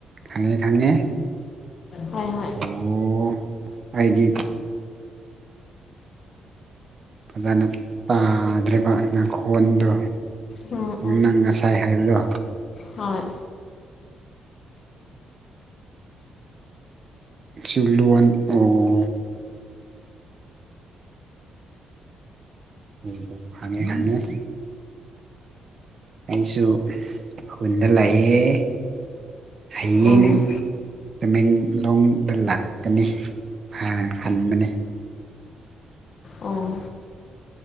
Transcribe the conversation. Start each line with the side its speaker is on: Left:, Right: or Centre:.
Right: ꯈꯪꯉꯦ ꯈꯪꯉꯦ
Left: ꯍꯣꯏ ꯍꯣꯏ
Right: ꯑꯣ ꯑꯩꯗꯤ ꯐꯖꯅ ꯇꯥꯗ꯭ꯔ‌ꯦꯕ ꯅꯈꯣꯟꯗꯣ
Left: ꯍꯣꯏ ꯎꯝ
Right: ꯅꯪ ꯉꯁꯥꯏ ꯍꯥꯏꯕꯗꯣ
Left: ꯍꯣꯏ
Right: ꯆꯤꯂꯣꯟ ꯑꯣ ꯑꯣ ꯑꯣ ꯈꯪꯉꯦ ꯈꯪꯉꯦ ꯑꯩꯁꯨ ꯈꯨꯟꯗ ꯂꯩꯌꯦ ꯍꯥꯌꯦꯡ
Left: ꯍꯣꯏ
Right: ꯇꯃꯦꯡꯂꯣꯡꯗ ꯂꯥꯛꯀꯅꯤ ꯍꯥꯏ ꯍꯟꯕꯅꯦ
Left: ꯑꯣ